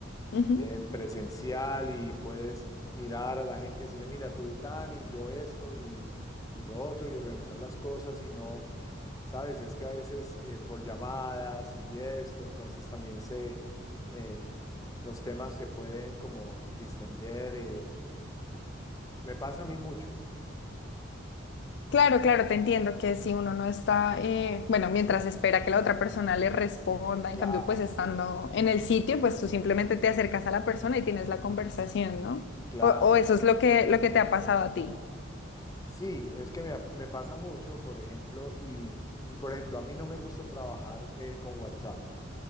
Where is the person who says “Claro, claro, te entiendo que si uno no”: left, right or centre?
Left